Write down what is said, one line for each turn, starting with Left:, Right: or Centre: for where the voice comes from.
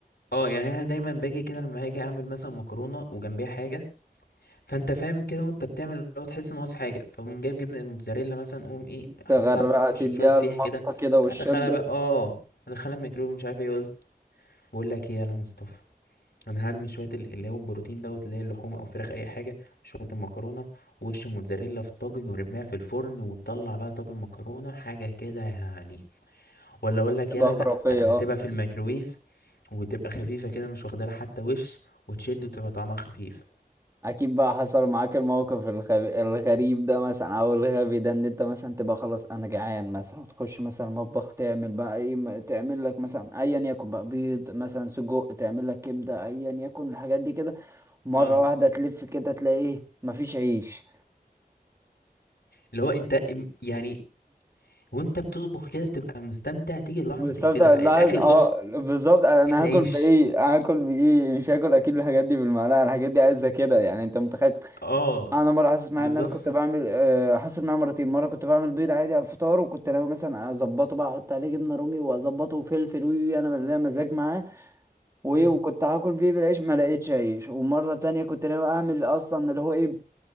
Left: اه يعني انا دايما باجي كده لما هاجي اعمل مثلا مكرونه وجنبيها حاجه فانت فاهم كده وانت بتعمل لو تحس ان ناقص حاجه فقوم جايب جبنه الموتزاريلا مثلا قوم ايه حطيتها
Right: تغرقها
Left: على الوش
Right: تديها
Left: شويه سيح
Right: المطه
Left: كده
Right: كده والشده
Left: ادخلها بقى اه ادخلها الميكرويف مش عارف ايه قلت بقول لك ايه يا مصطفى انا هرمي شويه ال- اللي هو البروتين دوت اللي هي اللحوم او فراخ اي حاجه شويه المكرونه وش موتزاريلا في طاجن ورميها في الفرن وتطلع بقى طاجن مكرونه حاجه كده يعني ولا اقول لك
Right: تبقى
Left: يلا
Right: خرافيه
Left: لا انا هسيبها
Right: اه
Left: في الميكروويف وتبقى خفيفه كده مش واخده لها حتى وش وتشد وتبقى طعمها خفيف
Right: اكيد بقى حصل معاك الموقف الخب... الغريب ده مثلا او الغبي ده ان انت مثلا تبقى خلاص انا جعان مثلا وتخش مثلا المطبخ تعمل بقى ايه م- تعمل لك مثلا ايا يكن بقى بيض مثلا سجق تعمل لك كبده ايا يكن الحاجات دي كده مره
Left: اه
Right: واحده تلف كده تلاقي ايه مفيش عيش
Left: اللي هو انت ام- يعني وانت بتطبخ كده بتبقى مستمتع تيجي لحظه
Right: مستمتع
Left: تقفلها
Right: اللحظة
Left: الاكل
Right: اه
Left: سخن
Right: بالظبط انا
Left: فين العيش
Right: هاكل بايه هاكل بايه مش هاكل اكيد الحاجات دي بالمعلقه الحاجات دي عايزه كده يعني انت متخيل
Left: اه
Right: انا مره حاسس معايا
Left: بالظبط
Right: ان انا كنت بعمل آه، حصل معايا مرتين مره كنت بعمل بيض عادي على الفطار وكنت ناوي مثلا اظبطه بقى احط عليه جبنه رومي واظبطه وفلفل وي وي انا ليا مزاج معاه وايه
Left: امم
Right: وكنت هاكل بيه بالعيش ما لقيتش عيش ومره تانية كنت ناوي اعمل اصلا اللي هو ايه